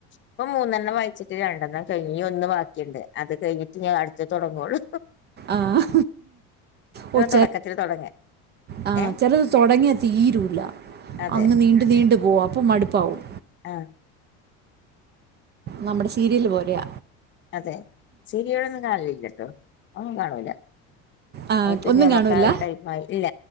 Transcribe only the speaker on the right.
ആഹ് ഓ ചെ
ആഹ്
ചിലത് തുടങ്ങിയാ തീരൂല്ല
അങ്ങ് നീ നീണ്ടു പോകും അപ്പം മടുപ്പാവും
നമ്മുടെ സീരിയല് പോരെയ
ആ,
ഒന്നും
കാണൂല